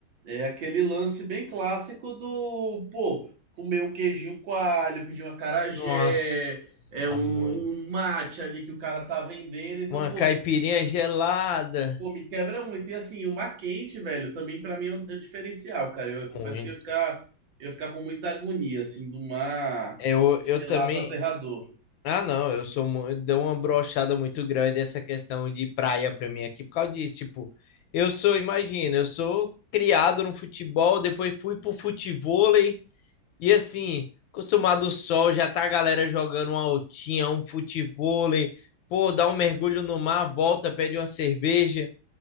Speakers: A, on the right; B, on the left.
A: é aquele lance bem clássico do, pô, comer um queijinho coalho, pedir um acarajé,
B: Nossa,
A: é um,
B: mano.
A: um mate ali que o cara tá vendendo, então,
B: Uma
A: pô,
B: caipirinha
A: me,
B: gelada.
A: pô, me quebra muito. E assim, o mar quente, velho, também pra mim é um é um diferencial, cara. Eu, eu confesso
B: Muito.
A: que eu ia ficar, eu ia ficar com muita agonia, assim, do mar
B: Eu, eu
A: gelado
B: também.
A: aterrador.
B: Ah, não, eu sou. mu- Deu uma brochada muito grande essa questão de praia pra mim aqui por causa disso. Tipo, eu sou, imagina, eu sou criado no futebol, depois fui pro futevôlei e assim, acostumado ao sol, já tá a galera jogando uma altinha, um futevôlei. Pô, dá um mergulho no mar, volta, pede uma cerveja.